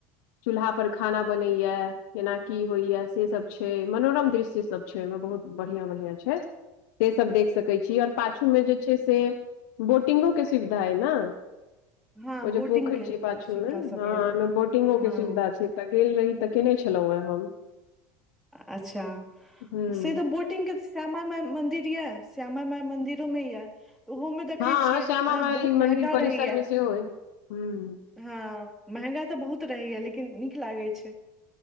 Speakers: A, on the left (about 80°); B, in the centre.
A: चूल्हा पर खाना बनैये केना की होइये से सब छै मनोरम दृश्य सब छै ओइ मे बहुत बढ़ियां -बढ़ियां छै से सब देख सक कै छी और पाछू
B: हँ
A: मे जे छै से बोटिंगो के सुविधा अइ ने।
B: हँ
A: ओ
B: बोटिंगके
A: जे पोखरि छै पाछू
B: सुविधा
A: मे
B: सब
A: हँ
B: यऽ
A: ओइमे बोटिंगो
B: हँ
A: के सुविधा छै। तऽ गेल रही तऽ केने छलहुँ हे हम।
B: अच्छा
A: हूँ
B: से तऽ बोटिं बोटिंग के श्यामा माय मन्दिर यऽ श्यामा माइ मंदिरो में यऽ। ओहो मे देखै
A: हँ
B: छियै
A: श्यामा
B: ओना
A: माई
B: बहुत
A: मंदिर
B: महंगा
A: परिसर
B: रहैये।
A: मे सेहो अइ हूँ
B: हँ महंगा तऽ बहुत रहैये लेकिन नीक लागै छै।